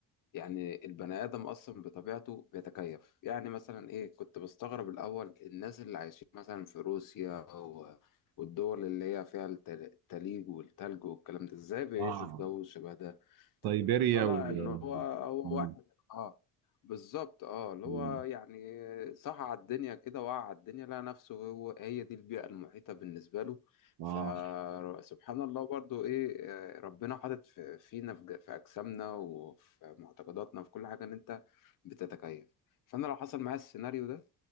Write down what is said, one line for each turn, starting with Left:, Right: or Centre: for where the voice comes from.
Left: يعني البني آدم أصلا بطبيعته بيتكيف يعني مثلا إيه كنت بستغرب الأول الناس اللي عايشين مثلا في روسيا و... والدول اللي هي فيها الت- التليج والتلج والكلام ده إزاي بيعيشوا
Right: اه
Left: في جو شبه ده طب
Right: سيبيريا
Left: طلع
Right: و...
Left: إن هو هو
Right: مم.
Left: واحد آه بالظبط آه اللي
Right: مم.
Left: هو يعني صح على الدنيا كده وقع على الدنيا لقى نفسه هو هي دي البيئة المحيطة بالنسبة له
Right: اه
Left: فسبحان الله برضو ايه آه، ربنا حاطط في- فينا في ج- في اجسامنا وفي معتقداتنا في كل حاجه ان انت بتتكيف فانا لو حصل معايا السيناريو ده